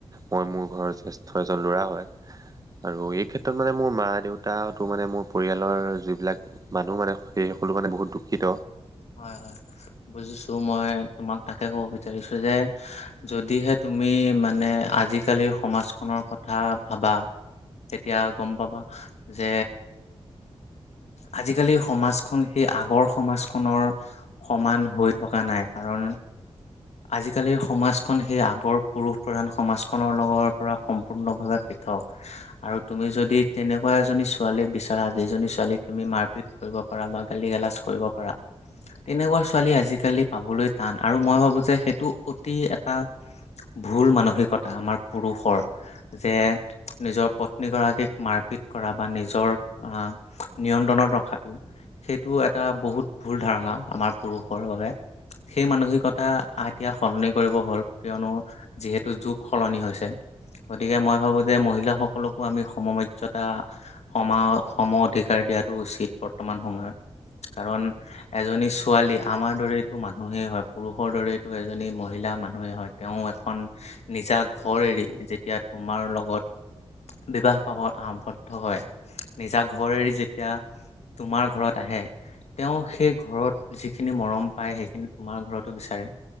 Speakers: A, on the right (about 35°); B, on the left (about 85°).
A: মই মোৰ ঘৰৰ জ্যেষ্ঠ এজন ল'ৰা হয়। আৰু এই ক্ষেত্ৰত মানে মোৰ মা দেউতা হয়তো মানে মোৰ পৰিয়ালৰ যিবিলাক মানুহ মানে সেইসকলো মানে বহুত দুখিত।
B: হয়, হয় বুজিছো মই তোমাক তাকে কব বিচাৰিছো যে যদিহে তুমি মানে আজিকালিৰ সমাজখনৰ কথা ভাবা। তেতিয়া গম পাবা যে আজিকালিৰ সমাজখন সেই আগৰ সমাজখন খনৰ সমান হৈ থকা নাই কাৰণ আজিকালিৰ সমাজখন সেই আগৰ পুৰুষ প্ৰধান সমাজখনৰ লগৰ পৰা সম্পূৰ্ণভাৱে আৰু তুমি যদি তেনেকুৱা এজনী ছোৱালী বিচাৰা যিজনী ছোৱালীক তুমি মাৰ পিত কৰিব পাৰা বা গালি গালাজ কৰিব পাৰা। তেনেকুৱা ছোৱালী আজিকালি পাবলৈ টান আৰু মই ভাবো যে সেইটো অতি এটা ভুল মানসিকতা আমাৰ পুৰুষৰ যে নিজৰ পত্নী গৰাকীক মাৰপিত কৰা বা নিজৰ আহ নিয়ন্ত্ৰণত ৰখাতটো সেইটো এটা বহুত ভুল ধাৰণা আমাৰ পুৰুষৰ বাবে। সেই মানসিকতা এতিয়া সলনি কৰিব হ'ল কিয়নো যিহেতু যুগ সলনি হৈছে। গতিকে মই ভাবো যে মহিলাসকলকো আমি সম মৰ্য্যদা সমা সম অধিকাৰ দিয়াতটো উচিত বৰ্তমান সময়ত কাৰণ এজনী ছোৱালী আমাৰ দৰেইতো মানুহেই হয় পুৰুষৰ দৰেইতো এজনী মহিলা মানুহেই হয়। তেওঁ এখন নিজা ঘৰ এৰি যেতিয়া তোমাৰ লগত বিবাহ পাব আৱদ্ধ হয় নিজা ঘৰেৰে যেতিয়া তোমাৰ ঘৰত আহে। তেওঁ সেই ঘৰত যিখিনি মৰম পায় সেইখিনি তোমাৰ ঘৰতো বিচাৰে।